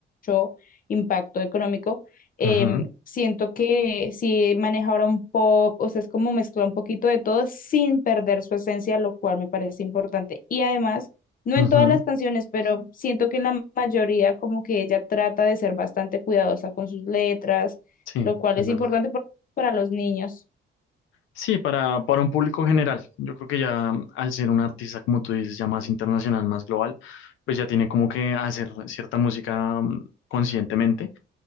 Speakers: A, on the left; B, on the left.
A: mucho impacto económico. Em,
B: Ujú,
A: siento que si maneja ahora un pop, o sea, es como mezcla un poquito de todo sin perder su esencia, lo cual me parece importante. Y además no
B: ujú.
A: en todas las canciones, pero siento que en la mayoría como que ella trata de ser bastante cuidadosa con sus letras,
B: Sí,
A: lo cual
B: es
A: es
B: verdad.
A: importante por- para los niños.
B: Sí, para, para un público general. Yo creo que ya al ser un artista, como tú dices, ya más internacional, más global, pues ya tiene como que hacer cierta música mm, conscientemente